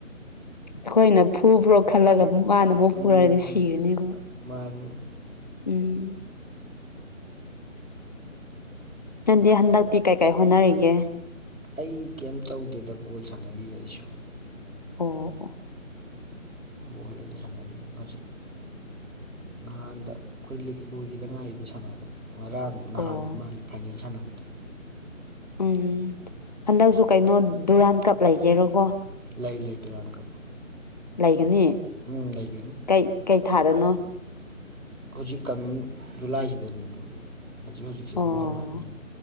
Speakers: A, on the left; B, on the right.
A: ꯑꯩꯈꯣꯏꯅ ꯐꯨꯕ꯭ꯔꯣ ꯈꯜꯂꯒ ꯃꯥꯅ ꯑꯃꯨꯛ
B: ꯎꯝ
A: ꯄꯨꯔꯔꯗꯤ ꯁꯤꯔꯅꯤꯈꯣꯏ
B: ꯃꯥꯅꯤ
A: ꯎꯝ ꯆꯟꯗꯤ ꯍꯟꯗꯛꯇꯤ ꯀꯩ ꯀꯥꯏ ꯍꯣꯠꯅꯔꯤꯒꯦ
B: ꯑꯩ ꯀꯩꯝ ꯇꯧꯒꯦꯗ ꯕꯣꯜ ꯁꯥꯟꯅꯔꯤ ꯑꯩꯁꯨ
A: ꯑꯣ ꯑꯣ
B: ꯕꯣꯜ ꯑꯣꯏꯅꯥ ꯁꯅꯥꯔꯤ ꯉꯖꯤ ꯅꯍꯥꯟꯗ ꯑꯩꯈꯣꯏ ꯂꯤꯛ ꯂꯣꯏꯈꯤꯗ ꯉꯥꯏꯔꯤꯗ ꯁꯥꯟꯅꯕ ꯉꯔꯥꯡꯛ ꯅꯍꯥꯟꯕꯩ
A: ꯑꯣ
B: ꯃꯥꯜꯂꯦ ꯐꯥꯏꯅꯦꯜ ꯁꯥꯟꯅꯕꯗ
A: ꯎꯝ ꯍꯟꯗꯛꯁꯨ ꯀꯩꯅꯣ ꯗꯨꯔꯥꯟ ꯀꯞ ꯂꯩꯒꯦꯔꯣꯀꯣ
B: ꯂꯩ ꯂꯩ ꯗꯨꯔꯥꯡꯀꯛ
A: ꯂꯩꯒꯅꯤ
B: ꯎꯝ ꯂꯩꯒꯅꯨ
A: ꯀꯩ ꯀꯩ ꯊꯥꯗꯅꯣ
B: ꯍꯧꯖꯤꯛ ꯀꯃꯤꯡ ꯖꯨꯂꯥꯏꯁꯤꯗꯅꯦ ꯑꯗꯨꯝ ꯍꯧꯖꯤꯛ ꯍꯧꯖꯤꯛꯁꯦ
A: ꯑꯣ
B: ꯑꯗꯨꯝ ꯍꯧꯔꯛꯑꯅꯤ